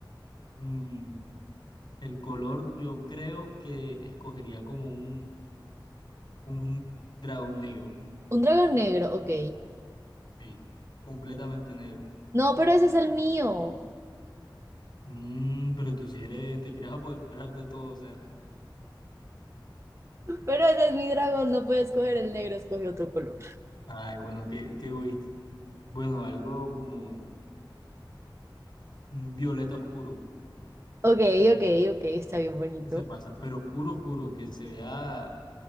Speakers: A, on the left (about 60°); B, on the right (about 35°).
A: mm, el color yo creo que escogería como un, un dragón negro,
B: Un dragón negro, ok.
A: sí, completamente negro.
B: No, pero ese es el mío.
A: Mm, pero tú si eres, te quieres apoderar de todo, o sea,
B: Pero ese es mi dragón, no puede escoger el negro, escoge otro color.
A: ay, bueno, qué, qué egoísta. Bueno, algo como un violeta oscuro.
B: Ok, ok, ok, está bien bonito.
A: que se pasa, pero oscuro, oscuro, que se vea,